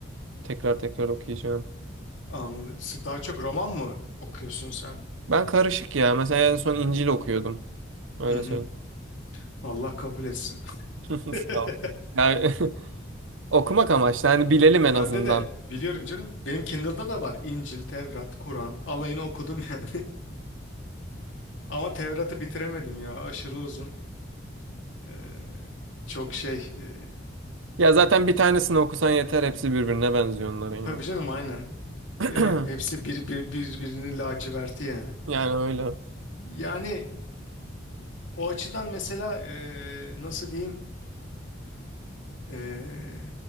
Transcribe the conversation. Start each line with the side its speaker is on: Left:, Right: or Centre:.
Right: Tekrar tekrar okuyacağım.
Left: anladım. Siz Daha çok roman mı okuyorsun sen?
Right: Ben karışık ya. Mesela en son İncil okuyordum. Öyle
Left: Hı hı.
Right: söyleyeyim.
Left: Allah kabul etsin.
Right: <laughs>
Left: <laughs>
Right: Sağ ol. Yani <laughs> okumak amaçlı. Hani bilelim en
Left: Bende
Right: azından.
Left: de biliyorum canım. Benim Kindle'da da var. İncil, Tevrat, Kur'an. Alayını okudum yani. <laughs> Ama Tevrat'ı bitiremedim ya. Aşırı uzun. Eee, çok şey. eee,
Right: Ya zaten bir tanesini okusan yeter. Hepsi birbirine benziyor onların ya.
Left: tabii canım aynen.
Right: <clears throat>
Left: E, hepsi bir, bir, birbirini laciverti yani.
Right: Yani öyle.
Left: Yani O açıdan mesela eee, nasıl diyeyim Eee,